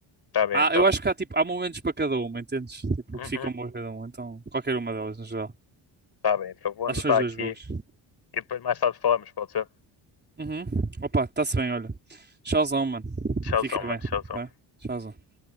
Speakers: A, on the left; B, on the right.
A: tá bem
B: Ah,
A: então.
B: eu acho que há, tipo, há momentos para cada uma, entendes? Tipo,
A: Uhum.
B: que ficam boas cada uma, então qualquer uma delas no geral.
A: Tá bem, então vou anotar
B: Acho que são as
A: aqui
B: duas boas.
A: e depois mais tarde falamos, pode ser?
B: Uhum. Opa, está-se bem, olha. Tchauzão, mano.
A: Tchauzão,
B: Fica
A: mano,
B: bem,
A: tchauzão.
B: tá? Tchauzão.